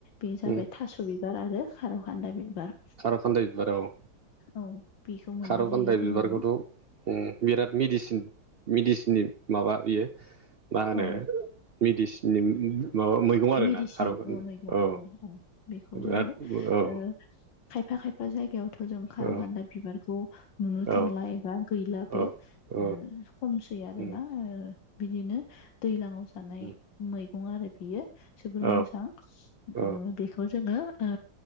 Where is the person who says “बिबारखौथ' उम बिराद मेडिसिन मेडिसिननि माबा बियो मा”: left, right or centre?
Right